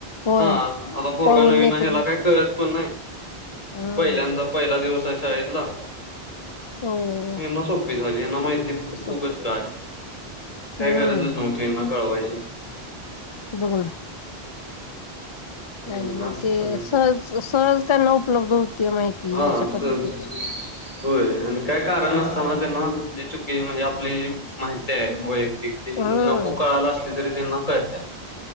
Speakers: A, on the left; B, on the left.
A: होय
B: हा आता पोरगा
A: पळवून
B: नवीन
A: नेते
B: ह्याला
A: मग
B: काही कळत पण नाही
A: हम्म
B: पहिल्यांदा पहिला दिवस आहे शाळेतला
A: हो
B: ना सोपी झाली ना माहिती
A: सुपर
B: उगच काय काय
A: हम्म
B: गरजच नव्हती ना कळवायची
A: बोण
B: हम्म
A: आणि मग
B: असं
A: ते
B: सगळं
A: सहज सहज त्यांना उपलब्ध होते माहिती
B: हा
A: अशा पद्धतीची
B: सहज होय आणि काय कारण असताना त्यांना ज च की, म्हणजे आपली माहिती आहे वैयक्तिक ती,
A: हम्म
B: नको कळायला असली तरी ते त्यांना कळते.